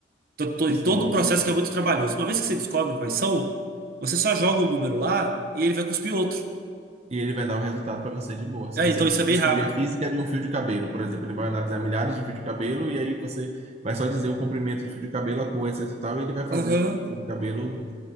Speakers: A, on the right; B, on the right.
A: Então, to-
B: Sim.
A: todo um processo que é muito trabalhoso. Uma vez que você descobre quais são, você só joga um número lá e ele vai cuspir outro.
B: E ele vai dar o resultado para você de boa. Se
A: Ah,
B: você
A: então isso é bem
B: descobrir
A: rápido.
B: a física é de um fio de cabelo, por exemplo, ele vai analisar milhares de fio de cabelo e aí você vai só dizer o comprimento do fio de cabelo, a cor, etc e tal, e ele vai fazer
A: Aham.
B: o fio de cabelo